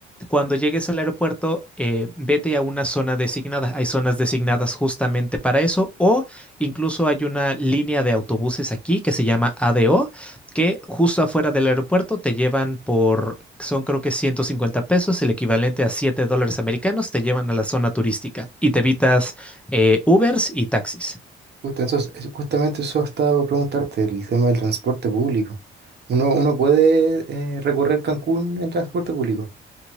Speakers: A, in the centre; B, on the right.
A: cuando llegues al aeropuerto, eh, vete a una zona designada. Hay zonas designadas justamente para eso o incluso hay una línea de autobuses aquí que se llama ADO, que justo afuera del aeropuerto te llevan por, son creo que 150 pesos, el equivalente a 7 dólares americanos, te llevan a la zona turística y te evitas eh, Ubers y taxis.
B: Justo, entonces, es- justamente eso estaba por preguntarte, el tema del transporte público. ¿Uno, uno puede eh, recorrer Cancún en transporte público?